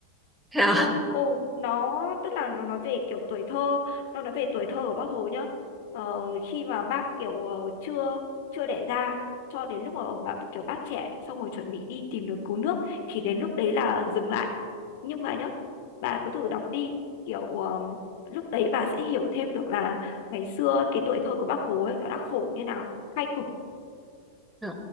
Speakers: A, in the centre; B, on the left.
A: <laughs> Thế à?
B: nó ồ nó tức là nó nói về kiểu tuổi thơ nó nói về tuổi thơ của bác Hồ nhá ờ, khi mà bác kiểu ờ, chưa chưa đẻ ra cho đến lúc mà ông bà kiểu bác trẻ xong rồi chuẩn bị đi tìm đường cứu nước thì đến lúc đấy là dừng lại nhưng mà nhá bà cứ thử đọc đi kiểu ờm, lúc đấy bà sẽ hiểu thêm được là ngày xưa cái tuổi thơ của bác Hồ ấy nó đã khổ như nào khai cục,
A: Ừ.